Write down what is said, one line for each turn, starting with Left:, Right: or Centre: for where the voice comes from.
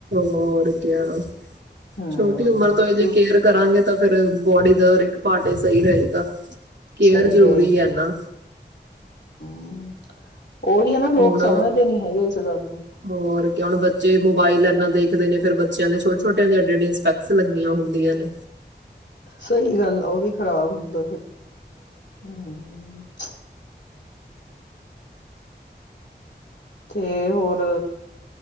Right: ਹੋਰ ਕ
Left: ਹਮ
Right: ਛੋਟੀ ਉਮਰ ਤੋਂ ਇਹ ਜੇ
Left: ਤੇ
Right: ਕੇਅਰ ਕਰਾਂਗੇ ਫੇਿਰ ਬ ੜੀ ਦਾ ਹਰ ਇੱਕ ਪਹਾਟੇ ਸਹੀ ਰਹੇਗਾ ਕੇਅਰ
Left: ਸਹੀ
Right: ਜ਼ਰੂਰੀ
Left: ਰਹੇਗਾ
Right: ਹੈ ਨਾ
Left: ਹਮ ਉਹੀ ਹੈ ਨਾ ਲੋਕ
Right: ਹੁਣ
Left: ਸਮਝਦੇ ਨੀ ਹੈਗੇ ਇਸ ਗੱਲ ਨੂੰ
Right: ਹੋਰ ਕਿ ਹੁਣ ਬੱਚੇ ਮੋਬਾਇਲ ਇਨਾ ਦੇ ਖ ਦੇ ਨੇ ਫਿਰ ਬੱਚਿਆਂ ਦੇ ਛੋਟੇ ਛੋਟਿਆਂ ਦੇ ਐਡੀ ਐਡੀਆਂ ਸਪੈਕਸ ਲੱਗੀਆਂ ਹੁੰਦੀਆਂ ਨੇ।
Left: ਸਹੀ ਗੱਲ ਉਹ ਵੀ ਖ਼ਰਾਬ ਹੁੰਦਾ ਏ ਫਿਰ ਹਮ ਚ ਤੇ ਹੋਰ